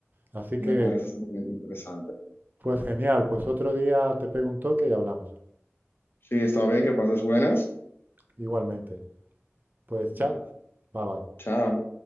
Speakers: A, on the right (about 40°); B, on the left (about 55°).
A: Así que,
B: Me parece sumamente interesante.
A: pues genial. Pues otro día te pego un toque y hablamos.
B: Sí, está bien, que pases buenas.
A: Igualmente. Pues
B: Va,
A: chao. Bye bye.
B: Chao.